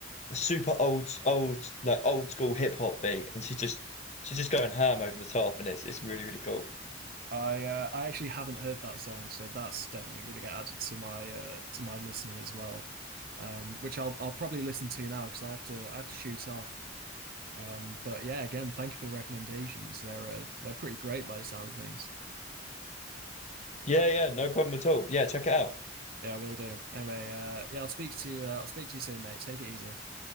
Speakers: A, on the left; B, on the right.
A: a super old old like old school hip hop beat, and she's just she's just going ham over the top, and it's it's really really cool.
B: I uh, I actually haven't heard that song, so that's definitely going to get added to my uh, to my listening as well. Um, which I'll I'll probably listen to now because I have to I have to shoot off. Um, but yeah, again, thank you for the recommendations. They're uh, they're pretty great by the sound of things.
A: Yeah, yeah, no problem at all. Yeah, check it out.
B: Yeah, I will do. Anyway, uh, yeah, I'll speak to you. Uh, I'll speak to you soon, mate. Take it easy.